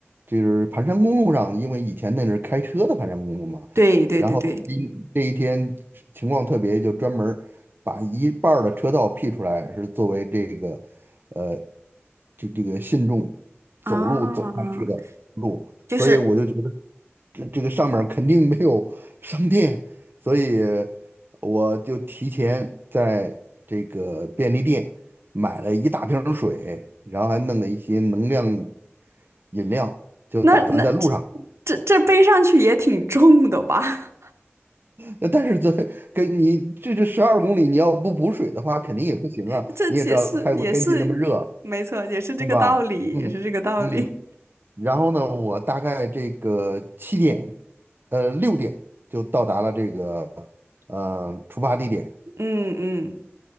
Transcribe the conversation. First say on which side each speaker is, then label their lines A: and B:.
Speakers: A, on the right; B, on the right.
A: 就是盘山公路上，因为以前那是开车的盘山公路嘛，
B: 对对对对。
A: 然后今这一天情况特别，就专门儿把一半儿的车道辟出来，是作为这个，呃，这这个信众走路走上去的路，
B: 啊，就是
A: 所以我就觉得这这个上面儿肯定没有商店，所以。我就提前在这个便利店买了一大瓶儿水，然后还弄了一些能量饮料，就打算在路上。
B: 那那这这这背上去也挺重的吧？
A: 那但是这跟你这这十二公里，你要不补水的话，肯定也不行啊。
B: <laughs> 这也是也是没错，
A: 你也知道泰国天气那么热，
B: 也是这个道理，
A: 对吧？嗯嗯。
B: 也是这个道理。
A: 然后呢，我大概这个七点，呃，六点就到达了这个呃出发地点，
B: 嗯嗯